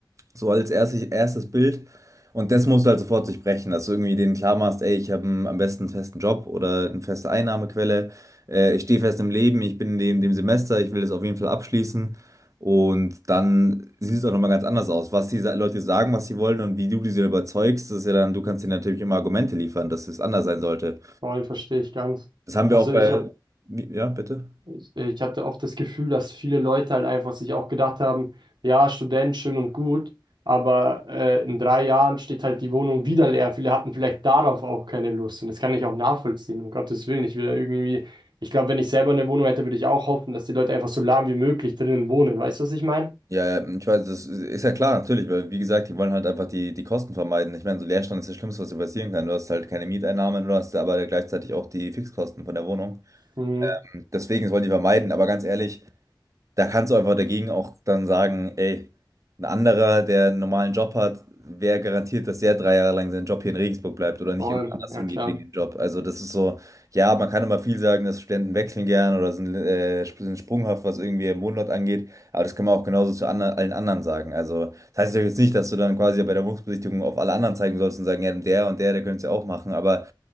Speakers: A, on the right; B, on the right.
A: So als erstes, erstes Bild. Und das musst du halt sofort durchbrechen, dass du irgendwie denen klar machst, ey, ich habe am besten einen festen Job oder eine feste Einnahmequelle. Äh, ich stehe fest im Leben, ich bin in dem, dem Semester, ich will das auf jeden Fall abschließen. Und dann sieht es auch nochmal ganz anders aus. Was die Sa- Leute sagen, was sie wollen und wie du diese überzeugst, das ist ja dann, du kannst ihnen natürlich immer Argumente liefern, dass es anders sein sollte.
B: Vor allem verstehe ich ganz.
A: Das haben wir
B: Also
A: auch bei.
B: ich habe
A: Wie- Ja, bitte?
B: Ich, äh, ich hatte oft das Gefühl, dass viele Leute halt einfach sich auch gedacht haben, ja, Student, schön und gut, aber äh, in drei Jahren steht halt die Wohnung wieder leer. Viele hatten vielleicht darauf auch keine Lust und das kann ich auch nachvollziehen, um Gottes Willen. Ich will da irgendwie, ich glaube, wenn ich selber eine Wohnung hätte, würde ich auch hoffen, dass die Leute einfach so lahm wie möglich drinnen wohnen. Weißt du, was ich meine?
A: Ja, ja, ich weiß, das ist ja klar, natürlich, weil wie gesagt, die wollen halt einfach die, die Kosten vermeiden. Ich meine, so Leerstand ist das Schlimmste, was dir passieren kann. Du hast halt keine Mieteinnahmen, du hast aber gleichzeitig auch die Fixkosten von der Wohnung.
B: Mhm,
A: Deswegen das wollen die vermeiden, aber ganz ehrlich, da kannst du einfach dagegen auch dann sagen, ey, ein anderer, der einen normalen Job hat, wer garantiert, dass der drei Jahre lang seinen Job hier in Regensburg bleibt oder nicht
B: voll,
A: irgendwo anders
B: ja
A: hingeht
B: klar.
A: wegen dem Job? Also das ist so, ja, man kann immer viel sagen, dass Studenten wechseln gern oder sind, äh, sp- sind sprunghaft, was irgendwie im Wohnort angeht, aber das kann man auch genauso zu ander- allen anderen sagen. Also das heißt ja jetzt nicht, dass du dann quasi bei der Wohnungsbesichtigung auf alle anderen zeigen sollst und sagen, ja, der und der, der könnte es ja auch machen, aber